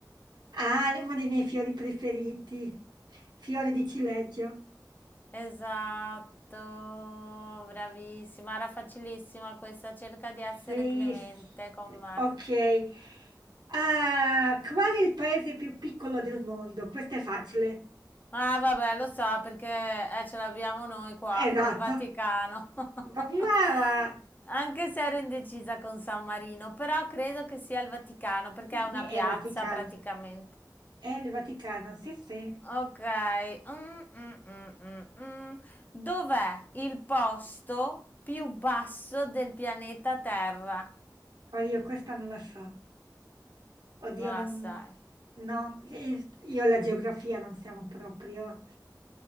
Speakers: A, on the right; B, on the left.
A: Ah, uno dei miei fiori preferiti. Fiore di cileggio.
B: Esatto, bravissima, era facilissima questa, cerca di essere
A: Sì,
B: clemente
A: s-
B: con me.
A: ok. Ah, qual è il paese più piccolo del mondo? Questo è facile.
B: Ah, vabbè, lo so perché eh, ce l'abbiamo noi qua,
A: Esatto.
B: il Vaticano. <laughs>
A: Brava!
B: Anche se ero indecisa con San Marino, però credo che sia il Vaticano perché
A: Sì,
B: è una
A: sì, è
B: piazza
A: il Vaticano.
B: praticamente.
A: È il Vaticano, sì, sì.
B: Ok, mm, mm, mm, mm, mm. Dov'è il posto più basso del pianeta Terra?
A: Oddio, questa non la so. Oddio,
B: Non la
A: non...
B: sai.
A: no, eh, io e la geografia non siamo proprio.